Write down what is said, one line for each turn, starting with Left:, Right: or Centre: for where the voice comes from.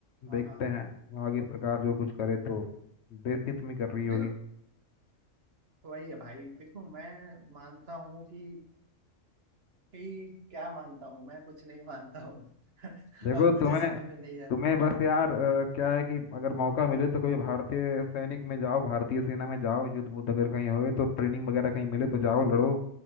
Right: हाँ
Left: देखते
Right: हाँ हाँ
Left: हैं आगे सरकार जो कुछ करे तो देश हित में कर रही होगी
Right: देखो वही है भाई देखो मैं मानता हूँ कि ये क्या मानता हूँ मैं कुछ नहीं मानता हूँ <laughs>
Left: देखो
Right: अब
Left: तुम्हें
Right: मुझे समझ में नहीं आ रहा
Left: तुम्हें बस यार अ, क्या है कि अगर मौका मिले तो कभी भारतीय सैनिक में जाओ भारतीय सेना में जाओ युद्ध बुद्ध अगर कहीं होए तो ट्रेनिंग वगैरह कहीं मिले तो जाओ लड़ो